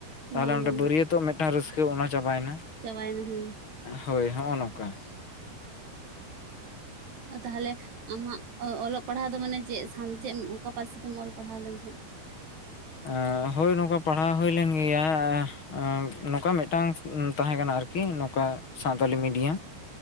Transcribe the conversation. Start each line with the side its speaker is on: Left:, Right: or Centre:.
Left: ᱛᱟᱦᱚᱞᱮ
Right: ᱵᱟᱝ
Left: ᱚᱸᱰᱮ
Right: ᱵᱟᱝ
Left: ᱵᱟᱹᱨᱭᱟᱹᱛᱚᱜ ᱢᱤᱫᱴᱟᱝ ᱨᱟᱹᱥᱠᱟᱹ ᱚᱱᱟ ᱪᱟᱵᱟᱭᱱᱟ᱾
Right: ᱪᱵᱟᱭᱱᱟ ᱦᱮᱸ ᱾
Left: ᱦᱳᱭ ᱦᱚᱸᱜᱼᱚ ᱱᱚᱝᱠᱟ ᱾
Right: ᱛᱟᱦᱚᱞᱮ ᱟᱢᱟᱜ ᱚᱞᱚᱜ ᱯᱟᱲᱦᱟᱣ ᱫᱚ ᱢᱟᱱᱮ ᱪᱮᱫ ᱪᱮᱫ ᱚᱠᱟ ᱯᱟᱹᱨᱥᱤ ᱛᱮᱢ ᱚᱞ ᱯᱟᱲᱦᱟᱣ ᱞᱮᱱ ᱛᱟᱦᱮᱸᱫ?
Left: ᱮ ᱦᱳᱭ ᱱᱚᱝᱠᱟ ᱯᱟᱲᱦᱟᱣ ᱦᱩᱭ ᱞᱮᱱ ᱜᱮᱭᱟ ᱟᱨ ᱱᱚᱝᱠᱟ ᱢᱤᱫᱴᱟᱝ ᱛᱟᱦᱮᱸ ᱠᱟᱱᱟ ᱟᱨᱠᱤ ᱱᱚᱝᱠᱟ ᱥᱟᱱᱛᱟᱞᱤ ᱢᱤᱰᱤᱭᱟᱢ